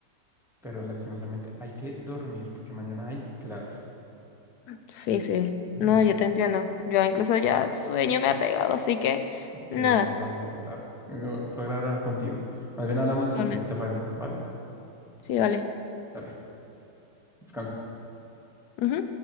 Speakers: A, in the centre; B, on the left (about 70°).
A: pero lastimosamente hay que dormir porque mañana hay clase.
B: Sí, sí.
A: Mañana,
B: No, yo te entiendo. Yo incluso ya sueño me ha pegado, así que
A: sí,
B: nada.
A: ya es bastante tarde. Eh, Fue agradable hablar contigo. Más bien hablamos
B: Totalmente.
A: después, si te parece? ¿Vale?
B: Sí, vale.
A: Dale, descansa.
B: Ujú.